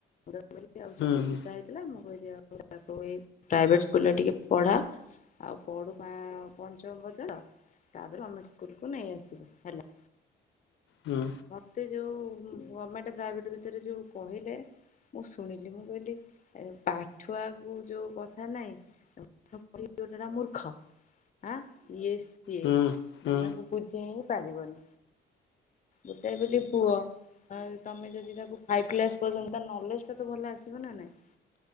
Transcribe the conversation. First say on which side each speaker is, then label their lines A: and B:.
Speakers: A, on the left; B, on the left.
A: <inaudible> ସିଏ ଆଉ
B: ହୁଁ
A: ଛୋଟ
B: ହୁଁ
A: ପିଲା ହେଇଥିଲା ମୁଁ କହିଲି ଆଉ ତୁ ତାକୁ ଏଇ ପ୍ରାଇଭେଟ୍ ସ୍କୁଲ୍ ରେ ଟିକେ ପଢା। ଆଉ ପଢୁ ପା- ପଞ୍ଚମ ପର୍ଯ୍ୟନ୍ତ। ତ୍ୟ ତାପରେ ଗମେଣ୍ଟ ସ୍କୁଲ୍ କୁ ନେଇ ଆସିବ ହେଲା।
B: ହୁଁ।
A: ମୋତେ ଯୋଉ ଗମେଣ୍ଟ ପ୍ରାଇଭେଟ୍ ଭିତରେ ଯୋଉ କହିଲେ। ମୁଁ ଶୁଣିଲି ମୁଁ କହିଲି ଏ ପାଠୁଆକୁ ଯୋଉ କଥା ନାଇଁ <inaudible> ମୂର୍ଖ ଆଁ,। ଇଏ ସିଏ
B: ହୁଁ
A: ମାନେ
B: ହୁଁ
A: ତାଙ୍କୁ ବୁଝେଇ ହିଁ ପାରିବନି। ଗୋଟାଏ ବୋଲି ପୁଅ। ଆ ତୋମେ ଯଦି ତାକୁ ଫାଇଭ୍ କ୍ଲାସ୍ ପର୍ଯ୍ୟନ୍ତ ତା ନଲେଜ୍ ଟା ତ ଭଲ ଆସିବ ନା ନାଇଁ।